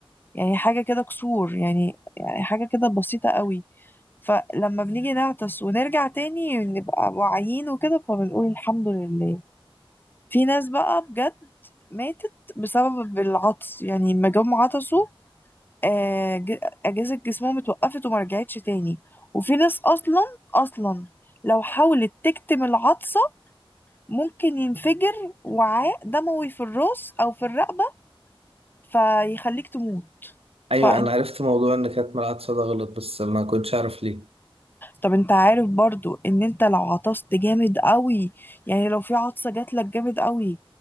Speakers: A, on the left; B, on the right.
A: يعني حاجة كده كسور يعني يعني حاجة كده بسيطة قوي فلما بنيجي نعطس ونرجع تاني نبقى واعيين وكده فبنقول الحمد لله في ناس بقى بجد ماتت بسبب العطس يعني لما جم عطسوا آه، ج- أجهزة جسمهم اتوقفت وما رجعتش تاني وفي ناس أصلا أصلا لو حاولت تكتم العطسة ممكن ينفجر وعاء دموي في الراس أو في الرقبة فيخليك تموت
B: ايوه
A: فانت
B: انا عرفت موضوع ان كانت العطسه ده غلط بس ما كنتش عارف ليه
A: طب انت عارف برضو ان انت لو عطست جامد قوي يعني لو في عطسة جات لك جامد قوي